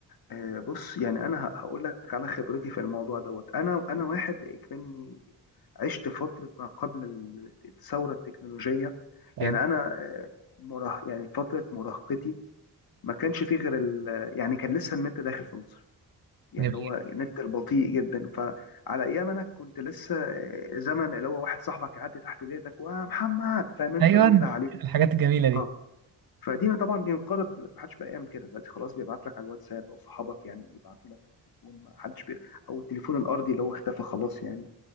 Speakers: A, on the left; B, on the right.
A: آه، بص يعني انا هقول لك على خبرتي في الموضوع دوت انا انا واحد اكمني عشت فتره ما قبل ال- الثوره التكنولوجيه يعني
B: ايوه
A: انا آه، مراه يعني فتره مراهقتي ما كانش فيه غير ال... يعني كان لسه النت داخل في مصر يعني
B: جميل
A: هو النت البطيء جدا فعلى ايام انا كنت لسه آه، زمن اللي هو واحد صاحبك يعدي تحت بيتك ومحمد فاهم انت
B: ايوه
A: وينده عليك
B: الحاجات الجميلة دي
A: اه فدي طبعا انقرضت دلوقتي محدش بقى يعمل كده دلوقتي خلاص بيبعت لك على الواتساب او صحابك يعني بيبعتوا لك على التليفون محدش بي... او التليفون الارضي اللي هو اختفى خلاص يعني